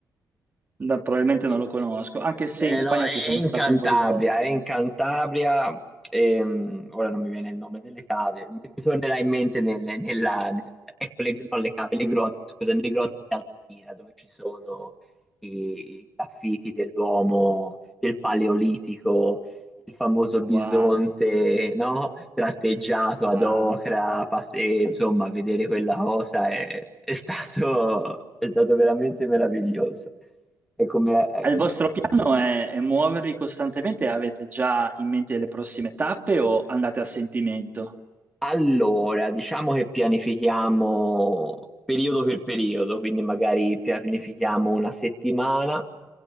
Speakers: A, on the right; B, in the centre.
A: No, probabilmente
B: sì,
A: non lo conosco,
B: sì.
A: anche se
B: Eh,
A: in Spagna
B: no, è,
A: ci sono
B: è in
A: stato
B: Cantabria,
A: un po' di volte.
B: è in Cantabria, ehm, ora non mi viene il nome delle cave, mi tornerà in mente nelle, nella, nel- ecco, le, non le cave, le grotte, scusami, le grotte di Altamira, dove ci sono i, i graffiti dell'uomo del Paleolitico, il famoso
A: Wow,
B: bisonte, no? Tratteggiato
A: wow.
B: ad ocra, pas- e, insomma, vedere quella cosa è è stato è stato veramente meraviglioso. E come- eh,
A: Il vostro piano è, è muovervi costantemente? Avete già in mente le prossime tappe o andate a sentimento?
B: Allora, diciamo che pianifichiamo periodo per periodo, quindi magari pianifichiamo una settimana